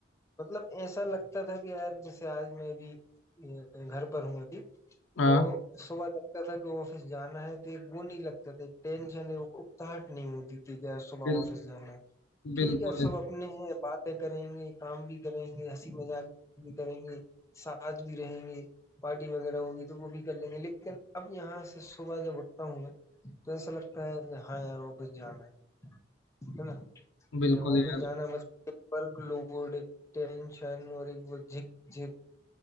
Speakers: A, on the left (about 15°); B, on the left (about 85°).
A: मतलब ऐसा लगता था कि यार जैसे आज मैं भी अ, घर पर हूँ अभी
B: हाँ
A: तो सुबह लगता था कि ऑफिस जाना है तो एक वो नहीं लगता था एक टेंशन है वो उकताहट नहीं होती थी कि यार सुबह
B: बिल
A: ऑफिस जाना है ठीक
B: बिल्कुल
A: है अब सब अपने हैं बातें करेंगे काम भी करेंगे हंसी मजाक भी करेंगे साथ भी रहेंगे पार्टी वगैरह होगी तो वो भी कर लेंगे लेकिन अब यहाँ से सुबह जब उठता हूँ मैं तो ऐसा लगता है कि हाँ यार ऑफिस जाना है है ना
B: बिल्कुल
A: ऑफिस
B: यार
A: जाना मतलब एक वर्क लोड एक टेंशन और एक वो झिक झिक